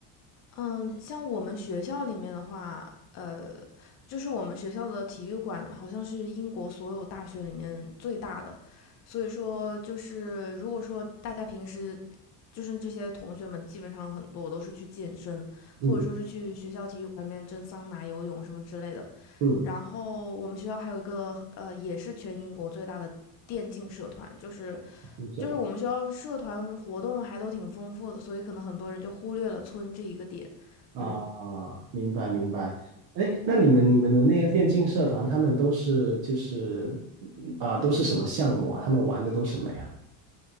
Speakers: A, on the left; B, on the right.
A: 嗯，像我们学校里面的话，呃，就是我们学校的体育馆好像是英国所有大学里面最大的，所以说就是如果说大家平时就是这些同学们，基本上很多都是去健身，
B: 嗯
A: 或者说是去学校体育馆里面蒸桑拿、游泳什么之类的。
B: 嗯，
A: 然后我们学校还有一个呃，也是全英国最大的电竞社团，就是
B: 嗯，社团
A: 就是我们学校社团活动还都挺丰富的，所以可能很多人就忽略了村这一个点。
B: 啊，
A: 嗯，
B: 明白明白。哎，那你们你们的那些电竞社团，他们都是就是啊、都是什么项目啊？他们玩的都什么呀？